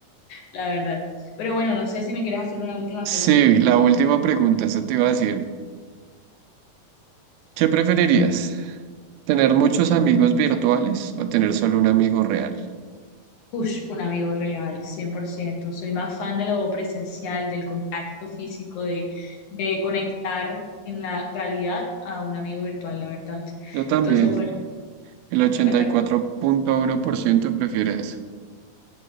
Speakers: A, on the left (about 70°); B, on the right (about 85°).
A: la verdad. Pero bueno, no sé si me quieres hacer una última
B: Sí,
A: pregunta.
B: la última pregunta, eso te iba a decir. ¿Qué preferirías? ¿Tener muchos amigos virtuales o tener solo un amigo real?
A: Ush, un amigo real, cien por ciento Soy más fan de lo presencial, del contacto físico, de, de conectar en la realidad a un amigo virtual, la verdad.
B: Yo también,
A: Entonces, bueno,
B: el ochenta
A: me parece,
B: y cuatro punto uno por ciento prefiere eso.